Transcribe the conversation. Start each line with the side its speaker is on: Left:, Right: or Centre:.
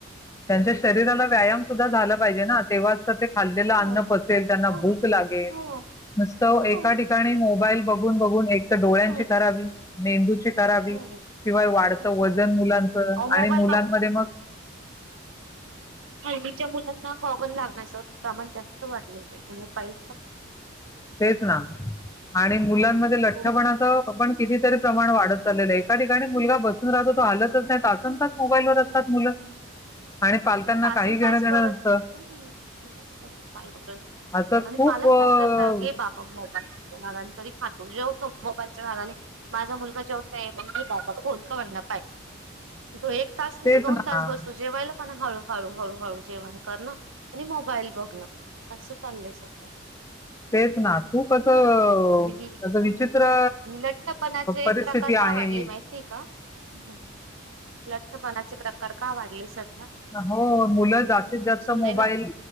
Left: त्यांच्या शरीराला व्यायाम सुद्धा झाला पाहिजे ना तेव्हाच तर ते खाल्लेलं अन्न
Right: हो
Left: पसेल त्यांना
Right: हो
Left: भूक लागेल
Right: हो
Left: नुसतं
Right: हो
Left: एका ठिकाणी मोबाईल बघून बघून एक त्या डोळ्यांची
Right: नाही
Left: खराबी मेंदू करावी
Right: हो
Left: शिवाय वाढतं वजन
Right: हो
Left: मुलांच
Right: अहो मोबाईल
Left: आणि मुलांमध्ये मग
Right: आलच्या मुलांना गॉगल लागण्याचं प्रमाण जास्त वाढले पाहिल
Left: तेच ना आणि मुला लठ्ठपणाण
Right: हो
Left: कितीतरी प्रमाण
Right: हो
Left: वाढत चालेलं आहे एका मुलगा बसून राहतो तो आलतच नाहींतच मोबाईल व असतात मुलं आणि पालकांना
Right: सासंदास
Left: काही घेणं देणं
Right: परत
Left: नसतं
Right: पा ब
Left: असं
Right: आणि
Left: खूप
Right: पालक
Left: अ,
Right: काय करता गे बा मोबाईलच्या भागाने तरी खातो जेवतो मोबाईलच्या भागाने माझा मुलगा जेवतोय मग फोन कवाय ना पा तो एक तास नाही
Left: तेच
Right: तो दोन
Left: ना
Right: तास बसतो जेवायला पण हळूहळू हळूहळू जेवण करणं आणि मोबाईल बघणं असं चाललंय सगळ्या
Left: तेच ना, खूप असं अ
Right: आणि नि-
Left: असं अ
Right: हा.
Left: विचित्र
Right: आणि लठ्ठपणाचे
Left: परिस्थिती
Right: प्रकार का
Left: आहे.
Right: वाढले माहितीय <unintelligible> लठ्ठपणाचे प्रका तर का वाढले? सगळे
Left: हो मुलं जास्तीत जास्त मोबाईल,
Right: देणं